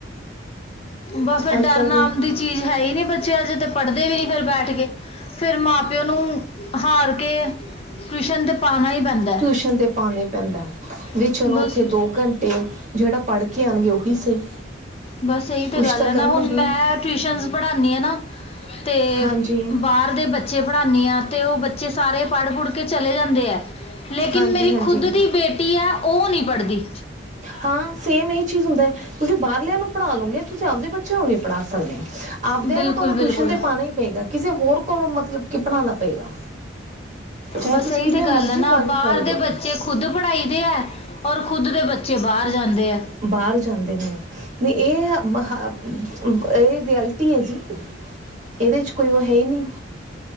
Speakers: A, on the left; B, on the right.
A: ਬੱਸ
B: ਅੱਜ
A: ਡਰ
B: ਕੱਲ
A: ਨਾਮ
B: ਦੇ
A: ਦੀ ਚੀਜ਼ ਹੈ ਈ ਨੀ ਬੱਚਿਆਂ ਚ ਤੇ ਪੜ੍ਹਦੇ ਵੀ ਨੀ, ਫਿਰ ਬੈਠ ਕੇ, ਫਿਰ ਮਾਂ - ਪਿਓ ਨੂੰ ਹਾਰ ਕੇ, ਟੂਸ਼ਨ ਤੇ ਪਾਨਾ ਈ ਪੈਨਦੈ
B: ਟੂਸ਼ਨ ਤੇ ਪਾਨਾ ਈ ਪੈਂਦਾ। ਵੀ
A: ਹੈ।
B: ਚਲੋ,
A: ਬਸ
B: ਉੱਥੇ ਦੋ ਘੰਟੇ, ਜੇੜਾ ਪੜ੍ਹ ਕੇ ਆਣਗੇ ਉਹੀ ਸਹੀ।
A: ਬੱਸ ਇਹੀ
B: ਕੁਛ
A: ਤਾਂ ਗੱਲ ਹੈਨਾ,
B: ਕਰਨਗੇ
A: ਹੁਣ ਮੈਂ ਟਿਯੂਸ਼ਨਸ ਪੜ੍ਹਾਨੀ ਆਨਾ, ਤੇ
B: ਹਾਂਜੀ
A: ਬਾ ਬਾਰ ਦੇ ਬੱਚੇ ਪੜ੍ਹਾਨੀਆਂ ਤੇ, ਉਹ ਬੱਚੇ ਸਾਰੇ ਪੜ੍ਹ- ਪੁੜ੍ਹ ਕੇ ਚਲੇ ਜਾਂਦੇ ਐ। ਲੇਕਿਨ
B: ਹਾਂਜੀ
A: ਮੇਰੀ
B: ਹਾਂਜੀ
A: ਖੁਦ ਦੀ ਬੇਟੀ ਐ, ਉਹ ਨੀ ਪੜ੍ਹਦੀ।
B: ਹਾਂ, ਸੇਮ ਇਹੀ ਚੀਜ਼ ਹੁੰਦਾ ਐ, ਤੁਸੀਂ ਬਾਹਰਲਿਆਂ ਨੂੰ ਪੜ੍ਹਾ ਲੋਗੇ, ਤੁਸੀਂ ਆਪਦੇੇ ਬ ਚਿਆ ਨੂੰ ਨੀ ਪੜ੍ਹਾ ਸਕਦੇ, ਆਵਦਿਆਂ
A: ਬਿਲਕੁਲ
B: ਨੂੰ ਤੋਨੂੰ ਟੂਸ਼ਨ
A: ਬਿਲਕੁਲ
B: ਤੇ ਪਾਨਾ ਈ ਪੇਗਾ, ਕਿਸੇ ਹੋਰ ਕੋਲੋਂ ਮਤਲਬ ਕਿ ਪੜ੍ਹਾਨਾ ਪਏਗਾ। ਚਾਹੇ
A: ਬੱਸ
B: ਤੁਸੀਂ
A: ਏਹੀ
B: ਕਿੰਨੇ
A: ਤੇ ਗੱਲ
B: ਮਰਜ਼ੀ
A: ਐਨਾ,
B: ਕੁਆਲੀਫਾਈਡ
A: ਬਾਰ ਦੇ
B: ਹੋ
A: ਬੱਚੇ ਖੁਦ ਪੜ੍ਹਾਈ ਦੇ ਐ, ਔਰ ਖੁਦ ਦੇ ਬੱਚੇ ਬਾਰ ਜਾਂਦੇ ਐ।
B: ਬਾਰ ਜਾਂਦੇ ਨੇ। ਨੀ ਏਹ ਮ ਹ ਏ ਰਿਐਲਟੀ ਐ ਜੀ। ਏਦੇ ਚ ਕੋਈ ਓ ਹੈ ਈ ਨੀ।